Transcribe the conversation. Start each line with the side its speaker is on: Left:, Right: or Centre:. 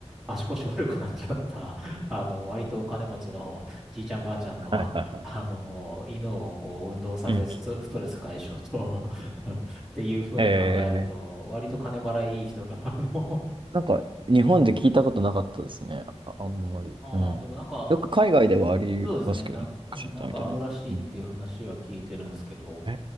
Centre: 足腰悪くなっちゃった、<laughs> あの、割とお金持ちのじいちゃんばあちゃんの、<laughs>
Right: いはいはい。
Centre: あの、犬をこう、運動させ、
Right: うんうんうんうん。
Centre: ストストレス解消と <laughs> っていうふうに考えると、
Right: へえ。
Centre: 割と金払いいい人が、あの
Right: なんか、日本で聞いたことなかったですね。あ、あんまり。
Centre: <laughs> ああ、
Right: うん。
Centre: でもなんか、
Right: よく海外ではありますけどね。
Centre: そうですね、なんか、
Right: ドッグシッターみたいな。
Centre: うんなんかあるらしいっていう話は聞いてるんですけど、
Right: うん。へ